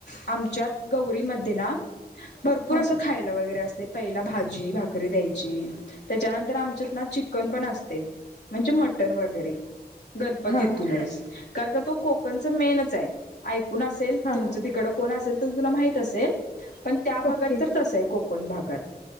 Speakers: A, on the left; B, on the left.
A: आम आमच्यात गौरीमध्ये ना. भरपूर
B: हां,
A: असं खायला वगैरे असत. ते पहिला भाजी भाकरी द्यायची, त्याच्यानंतर आमच्यात ना चिकन पण असते, म्हणजे मटण वगैरे. गणपतीतूनच.
B: हां,
A: कारण का तो कोकणच मेनच आहे. ऐकून असेल.
B: हां.
A: तुमचं तिकडं कोण असेल तर तिला माहित असेल पण त्या भागात
B: ओके,
A: तर तसं कोकण कोकण भागात